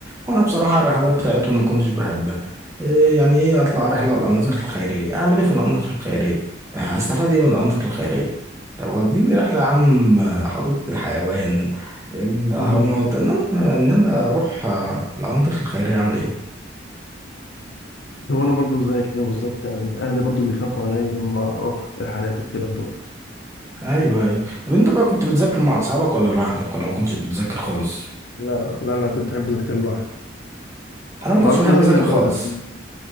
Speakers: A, on the right; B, on the left.
A: وأنا بصراحة الرحلات بتاعتهم ما كنتش بحبها إيه يعني إيه أطلع رحلة الأنشطة الخيرية أعمل إيه في الأنشطة الخيرية هستفاد إيه من الأنشطة الخيرية طب وديني رحلة يا عم حديقة الحيوان الأهرامات
B: مم.
A: إنما إنما أروح آه، الأنشطة الخيرية أعمل إيه
B: هو انا برضو زيك كده بالظبط يعني اهلي برضو بيخافوا عليا لما اروح رحلات والكلام ده برضو
A: ايوه ايوه طب انت بقى كنت بتذاكر مع اصحابك ولا لوحدك ولا ما كنتش بتذاكر خالص
B: لا لا أنا كنت أحب أذاكر لوحدي
A: انا ما
B: ما
A: كنتش
B: أعرفش
A: بحب
B: أذاكر
A: اذاكر
B: غير لوحدي
A: خالص